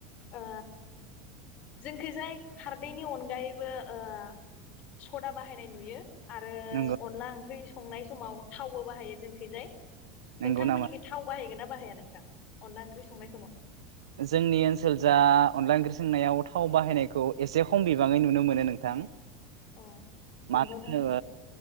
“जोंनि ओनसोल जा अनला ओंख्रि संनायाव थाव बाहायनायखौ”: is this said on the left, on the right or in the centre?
Right